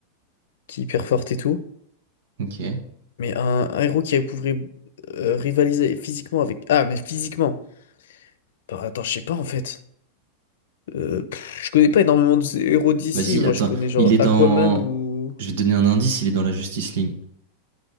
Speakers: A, on the left; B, on the right.
A: qui est hyper forte et tout.
B: Ok.
A: Mais un, un héros qui pourrait euh, rivaliser physiquement avec. Ah, mais physiquement. Bah, attends, je sais pas en fait. Euh, pff, je connais pas énormément de ces héros d'ici.
B: Vas-y,
A: Moi,
B: attends.
A: je connais genre
B: Il est
A: Aquaman
B: dans.
A: ou.
B: Je vais te donner un indice, il est dans la Justice League.